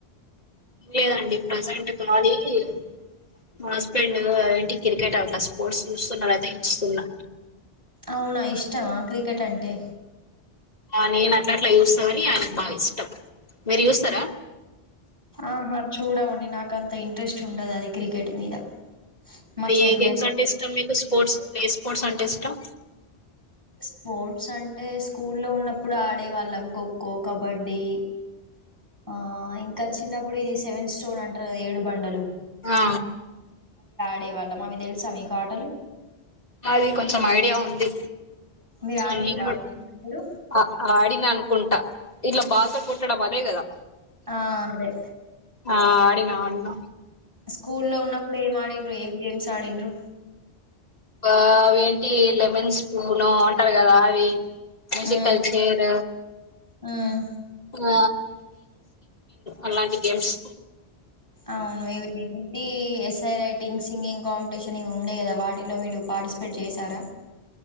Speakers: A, on the left (about 35°); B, on the right (about 15°).
A: లేదండి ప్రజెంట్ కాాలీమా హస్బెండ్ ఏంటి క్రికెట్ అట్లా స్పోర్ట్స్ చూస్తున్నారు అయితే చూస్తున్నా
B: అవునా ఐష్ ఇష్టమా క్రికెట్ అంటే
A: ఆ నేను అట్ల అట్లా చూస్తావని ఆయనకు బాగా ఇష్టం మీరు చూస్తారా
B: ఆహా చూడమండి నాకుఅంత ఇంట్రెస్ట్ ఉండదు అది క్రికెట్ మీద మా
A: అ
B: చెల్లె
A: ఏ గేమ్స్ అంటే ఇష్టం మీకు స్పోర్ట్స్ ఏ స్పోర్ట్స్ అంటే ఇష్టం
B: స్పోర్ట్స్ అంటే స్కూల్లో ఉన్నప్పుడు ఆడే వాళ్ళం ఖోఖో కబడ్డీ ఆ ఇంకా చిన్నప్పుడు ఇది సెవెన్్ స్టోన్ అంటారు కదా ఏడు బండలు
A: ఆ
B: అడే వాళ్ళం అవి తెలుసా మీకు ఆటలు
A: అవి కొంచెం ఐడియా ఉంది
B: మీరు ఆడిండ్రా
A: ఆన్నిను
B: అవి చిన్నప్పుడు
A: ఆ ఆడినా అన్కుంటా ఇట్లా బాల్ తోడ్ కొట్టడం అదే గదా
B: ఆ అదే
A: ఆ ఆడినా ఆడినా
B: స్కూల్ లో ఉన్నప్పుడు ఏం ఆడిండ్రు ఏం గేమ్స్ ఆడిండ్ర
A: అవిేంటి లెమన్ స్పూను అంటారు కదా అవి మజ
B: మ్మ్
A: కల్చర్
B: మ్మ్
A: ర అలాంటి గేమ్స్
B: అవును ఇవి ఏంటి ఎస్ఐ రైటింగ్ సింగింగ్ కాంపిటీషన్ ఇవి ఉండే కదా వాటిలో మీరు పార్టిసిపేట్ చేశార